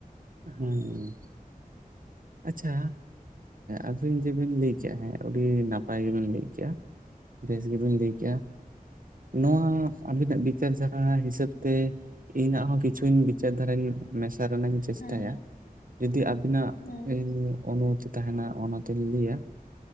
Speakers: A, on the right; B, on the left.
A: ᱦᱮᱸ
B: <inaudible>
A: ᱟᱪᱷᱟ ᱟᱹᱵᱤᱱ ᱡᱮᱵᱤᱱ ᱞᱟᱹᱭ ᱠᱮᱫᱟ ᱦᱮᱸ ᱟᱹᱰᱤ ᱱᱟᱯᱟᱭ ᱜᱮᱵᱤᱱ ᱞᱟᱹᱭ ᱠᱮᱫᱟ ᱵᱮᱥ ᱜᱮᱵᱤᱱ ᱞᱟᱹᱭ ᱠᱮᱫᱟ ᱱᱚᱣᱟ ᱟᱵᱤᱱᱟᱜ ᱵᱤᱪᱟᱨ ᱫᱷᱟᱨᱟ ᱦᱤᱥᱟᱹᱵ ᱛᱮ ᱤᱧᱟᱜ ᱦᱚᱸ ᱠᱤᱪᱷᱩᱧ ᱵᱤᱪᱟᱹᱨ ᱫᱷᱟᱨᱟᱧ ᱢᱮᱥᱟ ᱨᱮᱱᱟᱜ ᱤᱧ
B: ᱦᱮᱸ
A: ᱛᱟᱭᱟ ᱡᱩᱫᱤ ᱟᱵᱤᱱᱟᱜ
B: ᱦᱮᱸ
A: ᱤᱧ ᱩᱱᱩᱢᱚᱛᱤ ᱛᱟᱦᱮᱱᱟ ᱚᱱᱟᱛᱤᱧ ᱞᱟᱹᱭᱟ